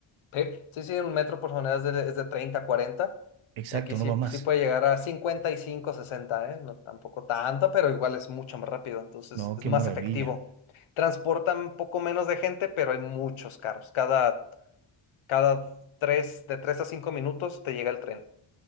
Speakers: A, on the left; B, on the right.
A: Sí, sí, sí, un metro por tonelada es de, es de 30 a cuarenta
B: Exacto,
A: Y aquí sí,
B: no va más.
A: sí puede llegar a 55, 60, ¿eh? No tampoco tanto, pero igual es mucho más rápido. Entonces
B: No,
A: es
B: qué
A: más
B: maravilla.
A: efectivo. Transportan un poco menos de gente, pero hay muchos carros. Cada, cada 3 de 3 a 5 minutos te llega el tren.